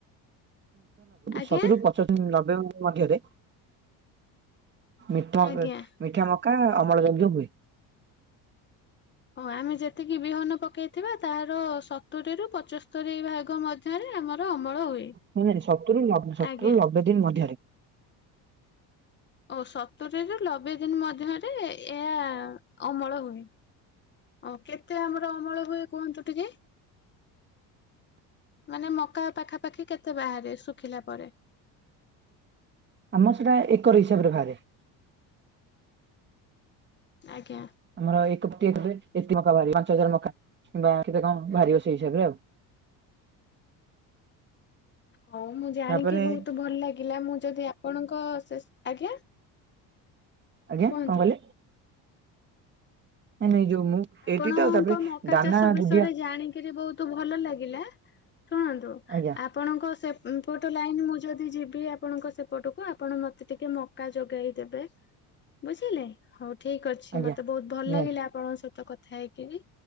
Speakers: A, on the left; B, on the right.
A: ଆଜ୍ଞା
B: ଶତରୁୁ ଦିନ ନବେମ୍ବର ମଧ୍ୟରେ ମିଟରେ
A: ଆଜ୍ଞା।
B: ମିଠା ମକା ଅମଳଜନ୍ତ ହୁଏ।
A: ଓ ଆମେ ଯେତିକି ବିହନ ପକେଇଥିବା ତାର ସତୁରି ରୁ ପଞ୍ଚସ୍ତରୀ ଭା ମଧ୍ୟରେ ଆମର ଅମଳ ହୁଏ
B: ନାଇଁ ନାଇଁ ସତୁରୁ
A: ଆଜ୍ଞା।
B: <unintelligible> ଦିନ ମଧ୍ୟରେ।
A: ଓ ସତରିରୁ ନବେ ଦିନ୍ ମଧ୍ୟରେ ଏହା ଅମଳ ହୁଏ। ଅ କେତେ ଆମର ଅମଳ ହୁଏ କୁହନ୍ତୁ ଟିକେ? ମାନେ ମକା ପାଖାପାଖି କେତେ ବାହାରେ ଶୁଖିଲା ପରେ?
B: ଆମର ସେଟା ଏକର ହିସାବରେ ବାହାରେ।
A: ଆଜ୍ଞା।
B: ଆମର ଏ କେ ଏବେ ଏତେ ମକା ବାହାରିବ ପାଞ୍ଚ ହଜାର ମକା କିମ୍ବା କେତେ କଣ ବାହାରିବ ସେଇ ହିସାବରେ ଆଉ।
A: ହଉ ମୁଁ ଜାଣିକି
B: ତାପରେ
A: ବହୁତ ଭଲ ଲାଗିଲା ମୁଁ ଯଦି ଆ ପଣଙ୍କ ସେଶ, ଆଜ୍ଞା?
B: ଆଜ୍ଞା
A: କୁହନ୍ତୁ।
B: କଣ କହିଲେ? ନାଇଁ ନାଇଁ ଯୋ ମୁଁ
A: ଆପଣଙ୍କ
B: ଏଇଠି ତ ତାପରେ
A: ମକା
B: ଦାନା
A: ଚାଷ ବିଷୟରେ
B: ଦୁଧିଆ
A: ଜାଣିକିରି ବହୁତ୍ ତ ଭଲ ଲାଗିଲା ଶୁଣନ୍ତୁ ଆ
B: ଆଜ୍ଞା
A: ଆପଣଙ୍କ ସେ ଉଁ ପଟ ଲାଇନ୍ ମୁଁ ଯଦି ଯିବି ଆପଣଙ୍କ ସେପଟକୁ ଆପଣ ମୋତେ ଟିକି ମ ଜା ଯୋଗେଇ ଦେବେ ବୁଝିଲେ ହଉ ଠିକ୍ ଅଛି
B: ଆଜ୍ଞା
A: ମତେ ବହୁତ ଭଲ
B: ନିହାତି
A: ଲାଗିଲା ଆପଣଙ୍କ ସଅ କଥା ହେଇକିରି